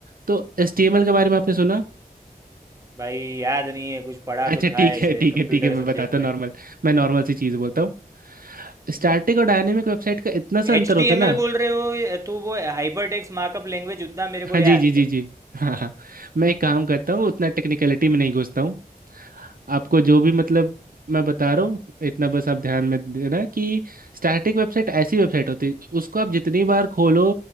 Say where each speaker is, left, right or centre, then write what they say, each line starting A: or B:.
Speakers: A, on the right (about 65°); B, on the right (about 20°).
A: तो एचटीएमएल के बारे में आपने सुना
B: भाई याद नहीं है कुछ पढ़ा
A: अच्छा
B: तो था
A: ठीक
B: ऐसे
A: है ठीक
B: कंप्यूटर
A: है ठीक है मैं
B: सब्जेक्ट
A: बताता हूँ
B: में
A: नॉर्मल मैं नॉर्मल सी चीज़ बोलता हूँ स्टैटिक और डायनेमिक वेबसाइट का इतना सा अंतर
B: एच टी
A: होता
B: एम
A: है ना
B: एल बोल रहे हो तो वो हाइपर टेक्स्ट मार्कअप लैंग्वेज उतना मेरे
A: हाँ
B: को
A: जी
B: याद
A: जी जी
B: है
A: जी हाँ हाँ मैं एक काम करता हूँ उतना टेक्निकलिटी में नहीं घुसता हूँ आपको जो भी मतलब मैं बता रहा हूँ इतना बस आप ध्यान में देना कि स्टैटिक वेबसाइट ऐसी वेबसाइट होती है उसको आप जितनी बार खोलो